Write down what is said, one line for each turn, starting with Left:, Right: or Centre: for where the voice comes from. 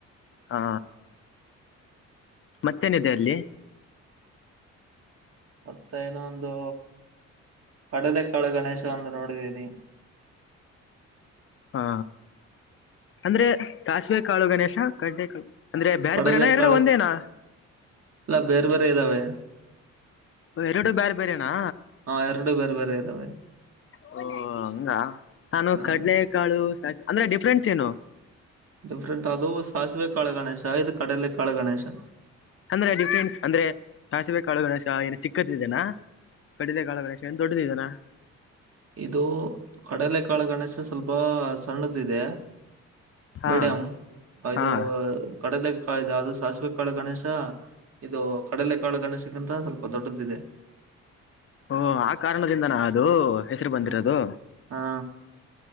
Left: ಹಾ ಮತ್ತೇನಿದೆ ಅಲ್ಲಿ
Right: ಮತ್ತ ಇನ್ನೊಂದು ಕಡಲೆ ಕಾಳು ಗಣೇಶ ಒಂದು ನೋಡಿದ್ದೀನಿ
Left: ಹಾ ಅಂದ್ರೆ ಸಾಸವೆ ಕಾಳು ಗಣೇಶಾ, ಕಡ್ಡೆ ಕಾಳು ಅಂದ್ರೆ ಬೇರೆ
Right: ಕಡಲೆಕಾಳು
Left: ಬೇರೆ ನಾ ಎರಡು ಒಂದೇ ನಾ
Right: ಎಲ್ಲ ಬೇರೆ ಬೇರೆ ಇದಾವೆ
Left: ಈ ಎರೆಡು ಬೇರೆ ಬೇರೆ ನಾ
Right: ಹಾ ಎರಡು ಬೇರೆ ಬೇರೆ ಇದಾವೆ
Left: ಓ ಹಂಗಾ ನಾನು
Right: ಹ್ಮ್
Left: ಕಡ್ಲೆ ಕಾಳು ಅಂದ್ರೆ ಡಿಫ್ರೆನ್ಸ್ ಏನು
Right: ಡಿಫ್ರೆಂಟ್ ಅದು ಸಾಸಿವೆ ಕಾಳು ಗಣೇಶಾ ಇದು ಕಡಲೆ ಕಾಳು ಗಣೇಶಾ
Left: ಅಂದ್ರೆ ಡಿಫ್ರೆನ್ಸ್ ಅಂದ್ರೆ ಸಾಸವೆ ಕಾಳು ಗಣೇಶ ಏನು ಚಿಕ್ಕದಿದೆ ನಾ ಕಡಲೆಕಾಳು ಗಣೇಶ ಏನ್ ದೊಡ್ಡದಿದೆ ನಾ
Right: ಇದು ಕಡಲೆ ಕಾಳಗಣೇಶ ಸ್ವಲ್ಪ ಸಣ್ಣದ ಇದೆ
Left: ಹಾ
Right: ಮೇಡಂ ಅದು
Left: ಹಾ
Right: ಕಡದೆ ಕಳೆದ ಅದು ಸಾಸವೆ ಕಾಳು ಗಣೇಶ ಇದು ಕಡಲೆ ಕಾಳು ಗಣೇಶನಗಿಂತ ಸ್ವಲ್ಪ ದೊಡ್ಡದು ಇದೆ
Left: ಓ ಆ ಕಾರಣದಿಂದ ನಾ ಅದು ಹೆಸರು ಬಂದಿರೋದು
Right: ಹ್ಮ್ ಹಾ